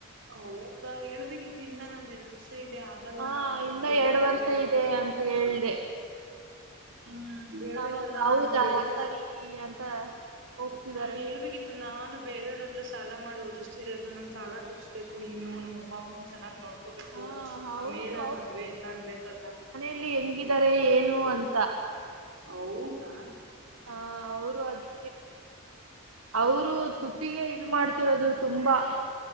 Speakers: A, on the right (about 55°); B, on the right (about 80°).
A: ಹೌದಾ ಹೇಳ್ಬೇಕಿತ್ತು ಇನ್ನಾನ ಒಂದ ಎರಡು ಇಷ್ಟ ಇದೆ ಆಗಲ್ಲ
B: ಹಾ
A: ನನ್
B: ಇನ್ನ
A: ಉದ್ಯೋಗ
B: ಎರಡು
A: ಮಾಡ್ಬೇಕು
B: ವರ್ಷ ಇದೆ ಹೇಳ್ದೆ
A: ಹ್ಮ್ ಹೇಳ್ಬೇಕಲ್ಲ
B: ಅವವಾಗ ಹೌದಾ
A: ನಾನು ಬೇರೆಯವ್ರ
B: ಸರಿ ಅಂತ ಹೋಗ್ತಿದ್ದಾರೆ
A: ಹ್ಮ್ ಹೇಳ್ಬೇಕಿತ್ತು ನಾನು ಬೇರವ್ರ ಹತ್ರ ಸಾಲ ಮಾಡಿ ಓದಿಸ್ ಇರೋದು ನನ್ನ ಸಾಲ ತಿರ್ಬೇಕು ಇನ್ನು ನಮ್ಮ ಅಪ್ಪಮ್ಮಂದ ಚನ್ನಾಗ್ೋ- ಹಕೋಬೇಕು
B: ಹಾ ಹೌದು
A: ಆಮೇಲ ಮದ್ವೆ ಎಲ್ಲ ಅನ್ಬೇಕಲ್ಲ
B: ಹೆಂಗಿದರೆ ಏನು ಅಂತ-
A: ಹೌದಾ
B: ಹಾ ಅವರು ಅದಿ ಅವರು ದುಡ್ಡಿಗೆ ಇದ ಮಾಡ್ತಿರೋದು ತುಂಬಾ